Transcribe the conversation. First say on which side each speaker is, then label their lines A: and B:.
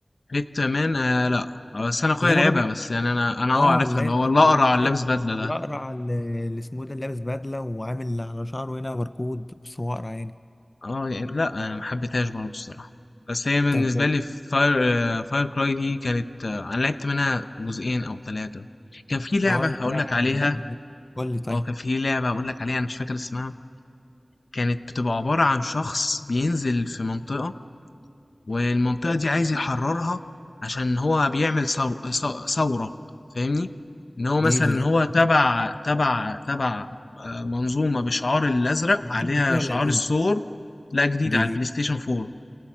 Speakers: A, on the left (about 75°); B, on the left (about 35°).
A: بيت مان آه لا آه، بس انا اخويا
B: اللي هو
A: لعبها
B: الراجل
A: بس يعني انا انا
B: اه
A: اه عارفها
B: لا
A: اللي هو الاقرع
B: الراجل
A: اللي لابس بدله ده
B: الاقرع اللي اللي اسمه إيه ده اللي لابس بدله وعامل على شعره هنا بركود بس هو اقرع يعني
A: اه يعني لا انا ما حبيتهاش برضه الصراحه بس هي بالنسبه
B: طب
A: لي فاير آه فاير كراي دي كانت آه انا لعبت منها جزئين او ثلاثه كان في لعبه
B: اه لا
A: هقول
B: لا
A: لك عليها
B: لا، جامده دي. قول لي طيب
A: اه كان في لعبه هقول لك عليها انا مش فاكر اسمها كانت بتبقى عباره عن شخص بينزل في منطقه والمنطقة دي عايز يحررها عشان هو بيعمل ثور- ث- ثورة فاهمني ان هو
B: دي
A: مثلا
B: دي لعبه
A: هو تبع تبع تبع آه، منظومة بشعار الازرق
B: جديده
A: عليها
B: ولا
A: شعار
B: قديمه
A: الثور لا جديد
B: دي
A: على البلاي ستيشن 4